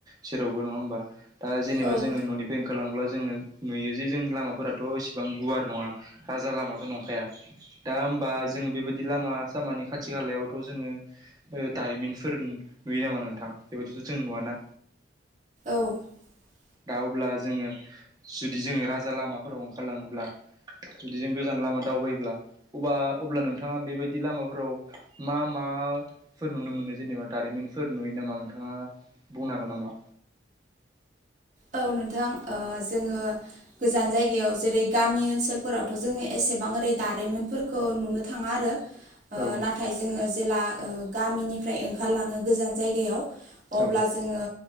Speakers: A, on the right; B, on the right.
A: जेरावबो नङा होमबा दा जेनेबा
B: औ
A: जोङो ननिफ्राय ओंखारलांब्ला जोङो नुयो जे जोंनि लामाफोराथ' एसेबां गुवार नङा हाजा लामाथ' नंखाया दा होमबा जोङो बेबायदि लामा सामानि खाथि खालायावथ' जोङो दारिमिनफोर नुयो नामा नोंथां बेबायदिथ' जों नुवाना
B: <inaudible>
A: दा अब्ला जोङो जुदि जोङो राजा लामाफोराव ओंखारलाङोब्ला जुदि जों गोजान लामा दावबायोब्ला अब अब्ला नोंथाङा बेबायदि लामाफोराव मा माफोर नुनो मोनो जेनेबा नोंथाङा बुंनो हागोन नामा
B: औ नोंथां ओ जोङो गोजान जायगायाव जेरै गामि ओनसोलफोरावथ' जोङो एसेबां ओरै दारिमिनफोर नुनो थाङा आरो
A: औ
B: नाथाय जोङो जेला गामिनिफ्राय ओंखारलाङो गोजान जायगायाव अब्ला
A: औ
B: जोङो